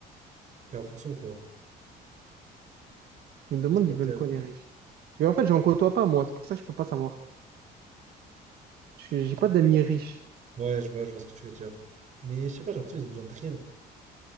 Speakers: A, on the right (about 45°); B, on the right (about 65°).
A: faire en fonction, quoi.
B: Je me demande,
A: S'adapter
B: ils veulent
A: à
B: quoi,
A: eux.
B: les riches? Mais en fait, j'en côtoie pas, moi. C'est pour ça que je peux pas savoir. Je- J'ai pas d'amis riches.
A: Ouais, je vois, je vois ce que tu veux dire. Mais je sais pas, j'ai l'impression qu'ils ont besoin de rien.